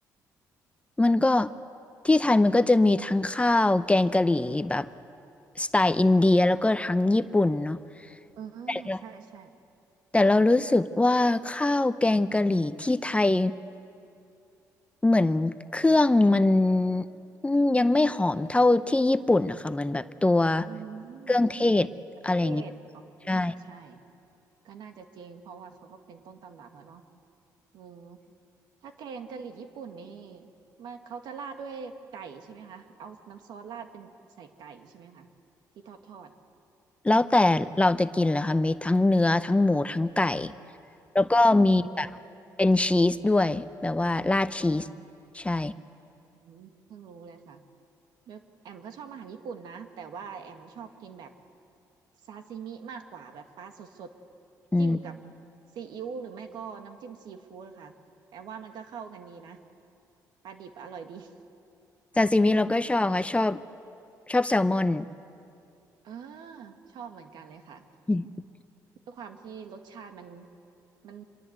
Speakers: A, on the left; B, on the right.
A: มันก็ที่ไทยมันก็จะมีทั้งข้าวแกงกะหรี่แบบสไตล์อินเดียแล้วก็ทั้งญี่ปุ่นเนาะ
B: เออ
A: แต่เรา
B: ใช่ใช่
A: แต่เรารู้สึกว่าข้าวแกงกะหรี่ที่ไทยเหมือนเครื่องมันอืมยังไม่หอมเท่าที่ญี่ปุ่นนะคะเหมือนแบบตัว
B: อืม
A: เครื่องเทศอะไรอย่างงี้
B: เทศอ๋อ
A: ใช่
B: ใช่ ก็น่าจะจริงเพราะว่าเขาก็เป็นต้นตำรับอะเนาะ เออถ้าแกงกะหรี่ญี่ปุ่นนี่มาเขาจะราดด้วยไก่ใช่ไหมคะเอาน้ำซอสราดเป็นใส่ไก่ใช่ไหมคะที่ทอดทอด
A: แล้วแต่เราจะกินเลยค่ะมีทั้งเนื้อทั้งหมูทั้งไก่
B: อ๋อ
A: แล้วก็มีแบบเป็นชีสด้วยแบบว่าราดชีส
B: เพิ่งรู้เลยอืม
A: ใช่
B: อืมเพิ่งรู้เลยค่ะแล้วแอมก็ชอบอาหารญี่ปุ่นนะแต่ว่าแอมชอบกินแบบซาซิมิมากกว่าแบบปลาสดๆจิ้มกับ
A: อืม
B: ซีอิ๊วหรือไม่ก็น้ำจิ้มซีฟู้ดค่ะแอมว่ามันก็เข้ากันดีนะปลาดิบอร่อยดี <laughs>
A: ซาซิมิเราก็ชอบค่ะชอบชอบแซลมอน
B: เออชอบเหมือนกันเลยค่ะ
A: อืม
B: ด้วยความที่รสชาติมันมัน